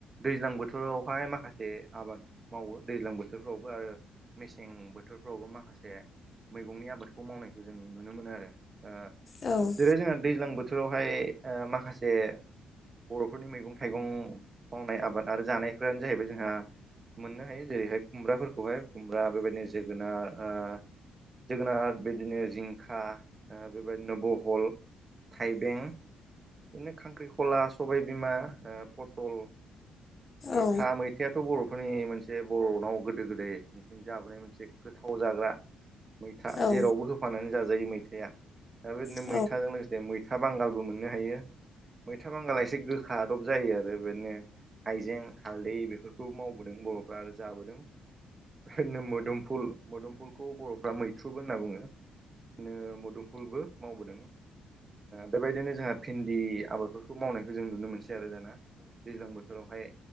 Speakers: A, on the right; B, on the left.
A: दैज्लां बोथोरावहाय माखासे बे आबाद मावो दैज्लां बोथोरफ्रावबो आरो मेसें बोथोरफ्रावबो माखासे मैगंनि आबादखौ मावनायखौ जों नुनो मोनो आरो ओ
B: औ
A: जेरै जोंहा दैज्लां बोथोरावहाय माखासे बर'फोरनि मैगं थाइगं मावनाय आबाद आरो जानायफोरानो जाहैबाय जों मोननो हायो जेरैहाय खुमब्राफोरखौहाय खुमब्रा बेबायदिनो जोगोनार ओ जोगोनार बिदिनो जिंखा बेबायदिनो बहल थाइबें बिदिनो खांख्रिखला सबायबिमा पथल मैथा
B: औ
A: मै मैथायाथ' बर'फोरनि मोनसे बर'नाव गोदो गोदाय जाबोनाय मोनसे गोथाव जाग्रा मैथा
B: औ
A: जेरावबो होफानानै जाजायो मैथाया दा बेदिनो
B: औ
A: मैथाजों लोगोसे मैथा मैथा बांगालबो मोननो हायो मैथा बांगाला एसे गो खा दब जायो आरो बिदिनो हइजें हालदै बे बेफोरखौ मावबोदों बर'फ्रा आरो जाबोदों बिदिनो मोदोमफुल मोदोमफुल खौ बर'फ्रा मैथ्रुबो होनना बुङो बिनो मोदोमफुलबो मावबोदों बेबायदिनो जोंहा भिन्दि आबादफोरखौ मावनायखौ जों नुनो मोनसै आरो दाना दैज्लां बोथोरावहाय